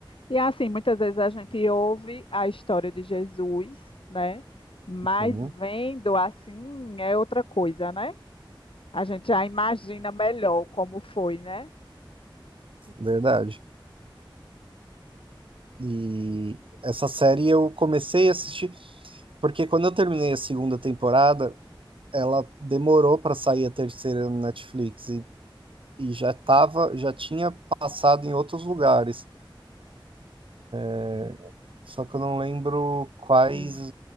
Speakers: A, on the left (about 85°); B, on the right (about 80°).
A: E assim, muitas vezes a gente ouve a história de Jesus, né? Mas
B: Uhum.
A: vendo assim é outra coisa, né? A gente já imagina melhor como foi, né?
B: Verdade. E essa série eu comecei a assistir. Porque quando eu terminei a segunda temporada, ela demorou pra sair a terceira no Netflix e, e já tava, já tinha passado em outros lugares. É, Só que eu não lembro quais,
A: Hum.